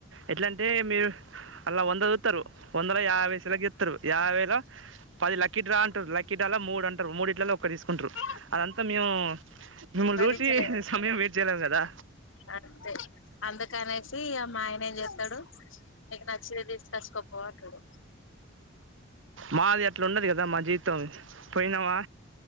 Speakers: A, on the right; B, on the left.
A: ఎట్లంటే మీరు అలా వంద చు త్తరు. వందల యాబై సెలెక్ట్ చెత్తరు యాబై అయినా పది లక్కీ డ్రా అం లక్ ఇట్ ల మూ అంటారు మూడు ఇట్లా ఒకతిస్ ఉంట్రూ
B: అంటాడు
A: అదంతా మేము మిమ్మల్ని
B: భరించలేరు
A: చూసి సమయం వెయిట్ చేయలేం కదా
B: అంతే అందుకనేసి మా ఆయన ఏం చేస్తాడు నీకు నచ్చింది తీసుకొచ్చుకోపో అంటాడు
A: మాది అట్లా ఉండదు కదా మా జీవితం పోయినావా